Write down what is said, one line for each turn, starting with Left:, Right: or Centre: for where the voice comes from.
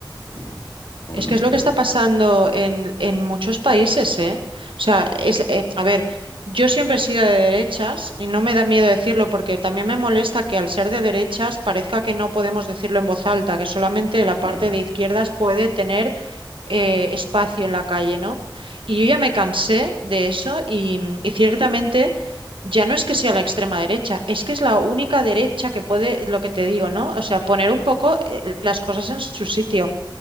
Left: eh, por
Right: Es
Left: lo
Right: que es
Left: que,
Right: lo que está pasando en, en muchos países, ¿eh? O sea, es, eh, a ver, yo siempre he sido de derechas y no me da miedo decirlo porque también me molesta que al ser de derechas parezca que no podemos decirlo en voz alta, que solamente la
Left: claro,
Right: parte de izquierdas puede tener eh, espacio en la calle, ¿no? Y yo ya me cansé de eso y, y ciertamente ya no es que sea la extrema derecha, es que es la única derecha que puede, lo que te digo, ¿no? O sea, poner un poco eh, las cosas en su sitio.